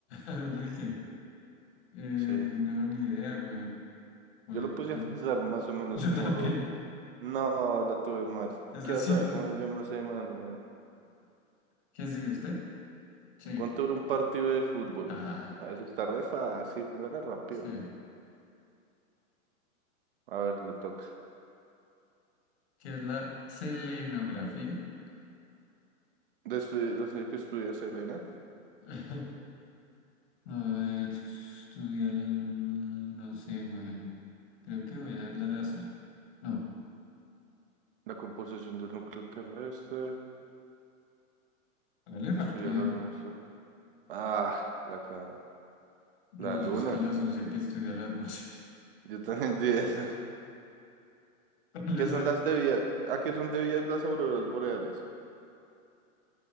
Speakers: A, on the left (about 50°); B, on the right (about 40°).
A: Enrique. Eh,
B: Sí.
A: no, ni idea, güey. Güey,
B: Yo lo puse
A: no.
B: a pensar más
A: <laughs>
B: o menos
A: Yo
B: como
A: también.
B: lo. No, la tuve mal.
A: Es
B: ¿Qué
A: así,
B: azar?
A: ¿no?
B: ¿Cómo se llama ese man, weón?
A: ¿Quién sigue usted? Sí.
B: ¿Cuánto dura un partido de fútbol?
A: Ah,
B: Ah, eso está re fácil, póngala rápido.
A: sí.
B: A ver, le toca.
A: ¿Qué es la selenografía?
B: De estu- la señora que estudia Selena,
A: <laughs> No, eh, estudia la luna. No sé, güey. Creo que voy a darle al azar. No,
B: la composición del núcleo terrestre,
A: hágale rápido.
B: estudia la atmósfera. Ah, la, ca-
A: No,
B: la luna.
A: yo es que la asunción que estudia la atmósfera.
B: <laughs> Yo también di esa.
A: <laughs> Al
B: ¿Qué
A: azar.
B: son las debidas? ¿A qué son debidas las auroras boreales?